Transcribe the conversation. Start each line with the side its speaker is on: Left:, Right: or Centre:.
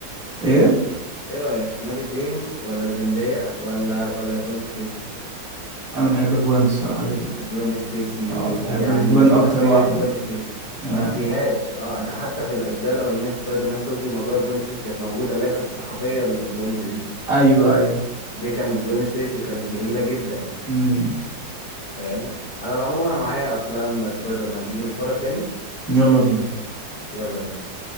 Centre: ايه
Left: ايه رأيك ماري جين ولا زندية ولا ولا جوين ستيسي
Centre: انا بحب الجوان الصراحة جدا
Left: جوين ستيسي
Centre: اه انا بحب
Left: يعني
Centre: الجوان
Left: حرفيا
Centre: اكتر واحدة
Left: جوين ستيسي
Centre: اه
Left: ما فيهاش اه ده حتى في الاجزاء الاولانيه في سبايدر مان توبي ماجواير جوين ستيسي كانت موجوده اللي هي كانت الصحفيه البلوند دي
Centre: ايوه ايوه
Left: دي كانت جوين ستيسي وكانت جميله جدا
Centre: امم
Left: فاهم على العموم انا معايا افلام سبايدر مان تيجي نتفرج تاني
Centre: يلا بينا
Left: يلا يا باشا